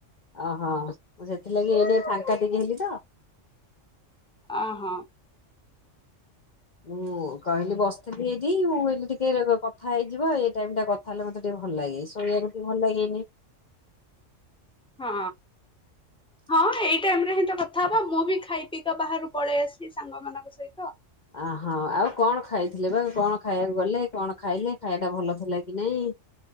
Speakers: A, on the left (about 40°); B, in the centre.
A: ଓହୋ ମୁଁ ସେଥିଲାଗି ଏଇନେ ଫାଙ୍କା ଟିକେ ହେଲି ତ
B: ଅହ।
A: ହୁଁ। ମୁଁ କହିଲି ବସିଥିଲି ଏଇଠି ମୁଁ କି ଟିକେ କଥା ହେଇଯିବା ଏଇ ଟାଇମ ଟା କଥା ହେଲେ ମତେ ଟିକେ ଭଲ ଲାଗେ ଶୋଇଆକୁ ଭଲ ଲାଗେନି।
B: ହଁ।
A: <unintelligible>
B: ହଁ ଏଇ ଟାଇମ ରେ ହି ତ କଥା ହବା ମୁଁ ବି ଖାଇ ପିକା ବାହାରୁ ପଳେଇ ଆସିଲି ସାଙ୍ଗମାନଙ୍କ ସହିତ।
A: ଅହୋ ଆଉ କଣ ଖାଇଥିଲେ ବା କଣ ଖାଇବାକୁ ଗଲେ କଣ ଖାଇଲେ ଖାଇବା ଟା ଭଲ ଥିଲା କି ନାଇଁ?